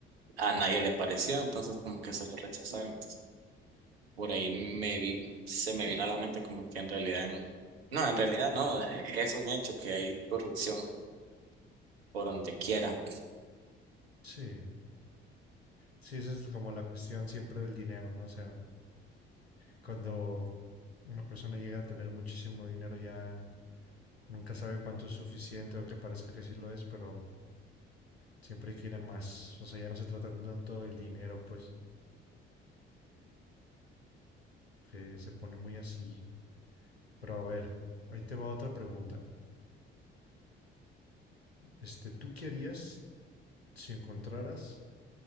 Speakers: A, on the right; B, on the left.
A: a nadie le pareció, entonces como que se lo rechazaron. Entonces, por ahí me vi, se me vino a la mente como que en realidad, en- no, en realidad no, e-, es un hecho que hay corrupción por donde quiera.
B: sí. Sí, esa es como la cuestión siempre del dinero, ¿no? O sea, cuando una persona llega a tener muchísimo dinero ya nunca sabe cuánto es suficiente, aunque parezca que sí lo es, pero siempre quieren más. O sea, ya no se trata tanto del dinero, pues, que se pone muy así. Pero a ver, ahí te va otra pregunta. Este, ¿tú qué harías si encontraras